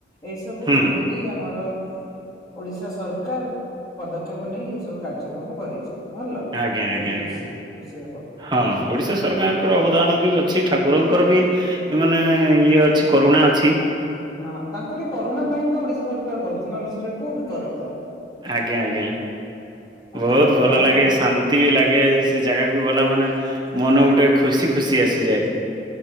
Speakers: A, on the left; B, on the right.
A: ଏସବୁ
B: ହୁଁ
A: ଭାବିକି ଏଇ ଆମର ଓଡିଶା ସରକାର ପଦକ୍ଷେପ ନେଇକି, ଏ ସବୁ କାର୍ଯ୍ୟକ୍ରମ କରେଇଛି। ଭଲ
B: ଆଜ୍ଞା ଆଜ୍ଞା
A: ବହୁତ
B: ଆଜ୍ଞା।
A: ଖୁସି, ଖୁସିର ଖବର।
B: ହଁ ଓଡ଼ିଶା ସରକାରଙ୍କର ଅବଦାନ ବି ଅଛି, ଠାକୁରଙ୍କର ବି ଏମାନେ ଇଏ ଅଛି, କରୁଣା ଅଛି।
A: ହଁ ତାଙ୍କରି କରୁଣା ପାଇଁ ତ ଓଡିଶା ସରକାର କରୁଛି, ନହେଲେ ସେ ଯଉ କୋଉଠି କରନ୍ତା।
B: ଆଜ୍ଞା, ଆଜ୍ଞା
A: ତାଙ୍କର
B: ବହୁତ
A: ଅବଦାନ
B: ଭଲ ଲାଗେ,
A: କରୁନି
B: ଶାନ୍ତି ବି ଲାଗେ ସେ ଜାଗାକୁ ଗଲା ମାନେ, ମନ ଗୋଟେ ଖୁସି ଖୁସି ଆସିଯାଏ।